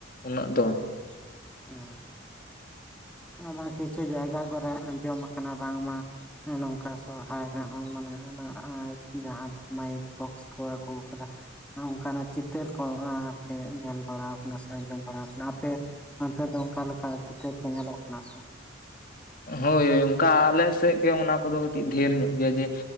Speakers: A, on the left; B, in the centre.
A: ᱩᱱᱟᱹᱜ ᱫᱚ
B: ᱚ ᱚ ᱟᱨ ᱵᱟᱝ ᱠᱤᱪᱷᱩ ᱡᱟᱭᱜᱟ ᱠᱚᱨᱮ ᱟᱸᱡᱚᱢ ᱠᱟᱱᱟ ᱵᱟᱝᱢᱟ ᱦᱮᱸ ᱱᱚᱝᱠᱟ ᱥᱚᱨᱚᱦᱟᱭ ᱨᱮᱦᱚᱸ ᱢᱟᱱᱮ ᱚᱱᱟ ᱟᱡ ᱡᱟᱦᱟᱸ ᱫᱚ ᱢᱟᱭᱤᱠ ᱵᱚᱠᱥ ᱠᱚ ᱟᱹᱜᱩ ᱟᱠᱟᱫᱟ ᱚᱱᱠᱟ ᱱᱟᱜ ᱪᱤᱛᱟᱹᱨ ᱠᱚ ᱟᱨ ᱠᱤ ᱧᱮᱞ ᱵᱟᱲᱟ ᱟᱠᱟᱱᱟ ᱥᱮ ᱟᱸᱡᱚᱢ ᱵᱟᱲᱟ ᱟᱠᱟᱱᱟ᱾ ᱟᱯᱮ ᱚᱱᱛᱮ ᱫᱚ ᱚᱱᱠᱟ ᱞᱮᱠᱟ ᱪᱤᱛᱟᱹᱨ ᱠᱚ ᱧᱮᱞᱚᱜ ᱠᱟᱱᱟ ᱥᱮ
A: ᱦᱳᱭ ᱦᱳᱭ ᱚᱱᱠᱟ ᱟᱞᱮ ᱥᱮᱠ ᱜᱮ ᱚᱱᱟ ᱠᱚᱫᱚ ᱠᱟᱹᱴᱤᱡ ᱰᱷᱮᱨ ᱧᱚᱜ ᱜᱮᱭᱟ ᱡᱮ